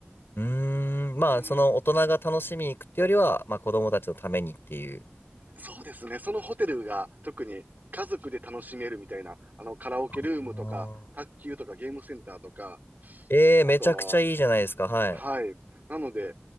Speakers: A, on the left (about 65°); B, on the right (about 45°).
A: うーん。まあ、
B: うん。
A: その大人が楽しみに行くってよりは、まあ、子供たちのためにっていう。
B: そうですね。そのホテルが特に家族で楽しめるみたいな、あの、カラオケルームとか、
A: あ
B: 卓球とかゲームセンターとか、
A: えーめちゃくちゃいいじゃないですか。
B: あと、
A: はい。
B: はい。なので、